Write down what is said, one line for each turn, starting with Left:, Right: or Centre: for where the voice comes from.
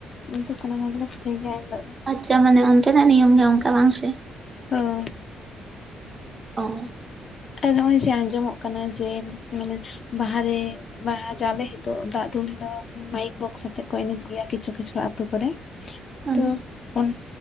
Left: ᱚᱱᱟ ᱛᱮ ᱥᱟᱱᱟᱢ ᱦᱚᱲ ᱜᱮᱞᱮ ᱯᱤᱴᱷᱟᱹᱭ ᱜᱮᱭᱟ ᱮᱱᱦᱤᱞᱳᱜ ᱫᱚ᱾
Right: ᱟᱪᱪᱷᱟ ᱢᱟᱱᱮ ᱚᱱᱛᱮᱱᱟᱜ ᱱᱤᱭᱚᱢ ᱜᱮ ᱚᱝᱠᱟ ᱵᱟᱝ ᱥᱮ,
Left: ᱦᱳᱭ᱾
Right: ᱚᱸ
Left: ᱟᱨ ᱱᱚᱜ-ᱚᱭ ᱡᱮ ᱟᱸᱡᱚᱢᱚᱜ ᱠᱟᱱᱟ ᱡᱮ ᱢᱟᱱᱮ ᱵᱟᱦᱟᱨᱮ, ᱵᱟᱦᱟ ᱡᱟᱞᱮ ᱦᱤᱞᱳᱜ ᱫᱟᱜᱽ ᱫᱩᱞ ᱦᱤᱞᱳᱜ ᱢᱟᱭᱤᱠ ᱵᱚᱠᱥ ᱟᱛᱮᱜ ᱠᱚ ᱮᱱᱮᱡ ᱜᱮᱭᱟ ᱠᱤᱪᱷᱩ ᱠᱤᱪᱷᱩ ᱟᱛᱳ ᱠᱚᱨᱮ,
Right: ᱦᱩᱸ
Left: ᱛᱚ ᱚᱱ